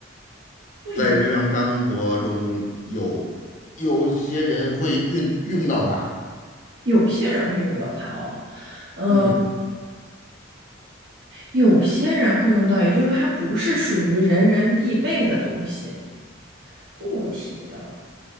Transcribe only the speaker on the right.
会，
有些人会用到它哦。嗯、
有些人会用到，也就是说它不是属于人人必备的东西，固体的，